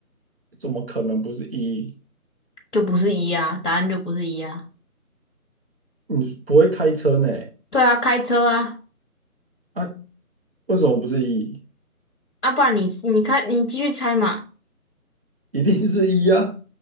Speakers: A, on the right; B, on the left.
A: 怎么可能不是一？
B: 就不是一啊，答案就不是一啊。
A: 你不会开车呢？
B: 对啊，开车啊，
A: 啊，为什么不是一？
B: 啊，不然你你开你继续猜嘛。
A: 一定是一呀、